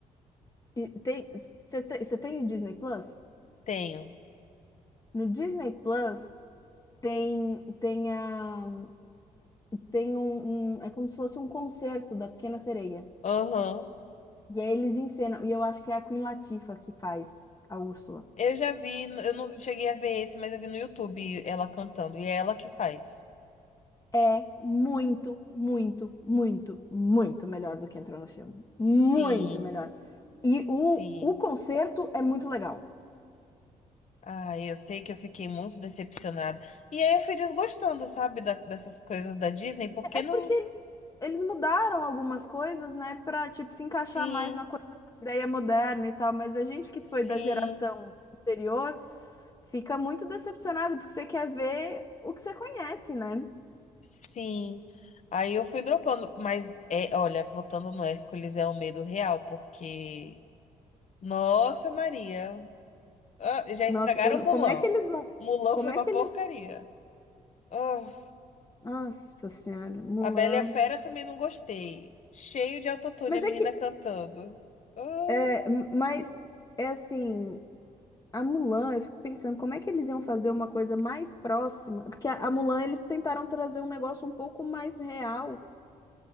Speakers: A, on the left; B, on the left.
A: e tem, você tem, você tem o Disney Plus?
B: tenho.
A: No Disney Plus tem, tem, a, tem um, um- É como se fosse um concerto da Pequena Sereia.
B: Aham.
A: E aí eles encenam. E eu acho que é a Queen Latifah que faz a Úrsula.
B: Eu já vi, eu não cheguei a ver esse, mas eu vi no YouTube ela cantando, e é ela que faz.
A: É muito, muito, muito, muito melhor do que entrou no filme.
B: Sim,
A: Muito melhor. E
B: sim.
A: o, o concerto é muito legal.
B: Ah, eu sei que eu fiquei muito decepcionada. E aí eu fui desgostando, sabe, da- dessas coisas da Disney, porque
A: É
B: não.
A: porque eles, eles mudaram algumas coisas, né, pra, tipo, se encaixar
B: Sim,
A: mais na coisa da ideia moderna e tal, mas a gente que
B: sim,
A: foi da geração anterior fica muito decepcionado porque você quer ver o que você conhece, né?
B: sim. Aí eu fui dropando, mas é, olha, voltando no Hércules é o medo real, porque. Nossa, Maria. Ah, já
A: Nossa,
B: estragaram
A: eu não-
B: Mulan.
A: como é que eles vão.
B: Mulan
A: Como
B: foi
A: é
B: uma
A: que eles.
B: porcaria. Ah.
A: Nossa Senhora, Mulan.
B: A Bela e a Fera também não gostei. Cheio de autotune,
A: Mas
B: a menina
A: é que
B: cantando. Ah,
A: É, m- mas é assim, a Mulan, eu fico pensando como é que eles iam fazer uma coisa mais próxima, porque a a Mulan eles tentaram trazer um negócio um pouco mais real,